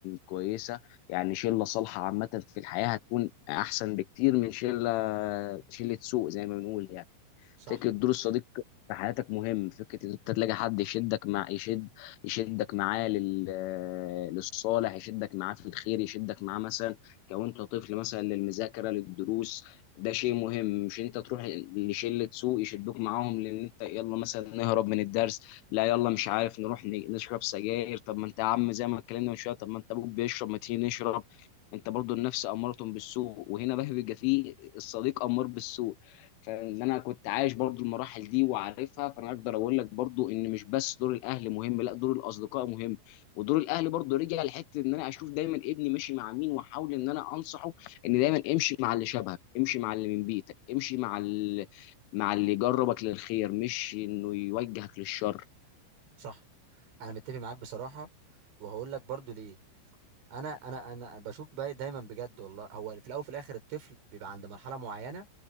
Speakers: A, on the left (about 80°); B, on the right (about 65°).
A: كويسة يعني شلة صالحة عامة في الحياة هتكون أحسن بكتير من شلة شلة سوء زي ما بنقول يعني
B: صح
A: فكره دور الصديق في حياتك مهم فكره ان انت تلاقي حد يشدك مع يشد يشدك معاه لل للصالح يشدك معاه في الخير يشدك معاه مثلا كونت طفل مثلا للمذاكره للدروس ده شيء مهم مش انت تروح لشله سوء يشدوك معاهم لان انت يلا مثلا نهرب من الدرس لا يلا مش عارف نروح ن- نشرب سجاير طب ما انت يا عم زي ما اتكلمنا من شويه طب ما انت ابوك بيشرب ما تيجي نشرب انت برضو النفس اماره بالسوء وهنا بقى بيبقى فيه الصديق امار بالسوء فان انا كنت عايش برضو المراحل دي وعارفها فانا اقدر اقول لك برضو ان مش بس دور الاهل مهم لا دور الاصدقاء مهم ودور الاهل برضو رجع لحته ان انا اشوف دايما ابني ماشي مع مين واحاول ان انا انصحه ان دايما امشي مع اللي شبهك امشي مع اللي من بيتك امشي مع ال... مع اللي يجربك للخير مش انه يوجهك للشر
B: صح انا متفق معاك بصراحه وهقول لك برضه ليه انا انا انا بشوف بقى دايما بجد والله هو في الاول وفي الاخر الطفل بيبقى عند مرحله معينه